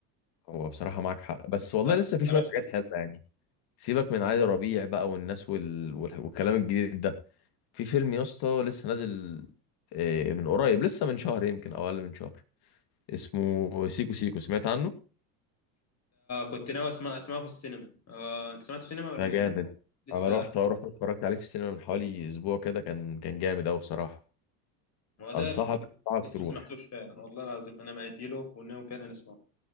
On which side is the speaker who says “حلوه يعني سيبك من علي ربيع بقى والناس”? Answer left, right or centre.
Left